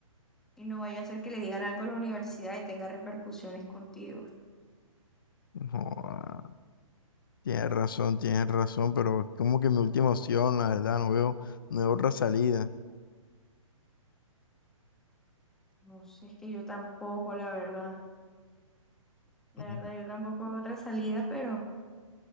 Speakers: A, in the centre; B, on the left.
A: Y no vaya a ser que le digan algo a la universidad y tenga repercusiones contigo.
B: Joda, tienes razón, tienes razón, pero como que mi última opción, la verdad, no veo, no veo otra salida.
A: No sé, es que yo tampoco, la verdad. La
B: Ujú.
A: verdad, yo tampoco veo otra salida, pero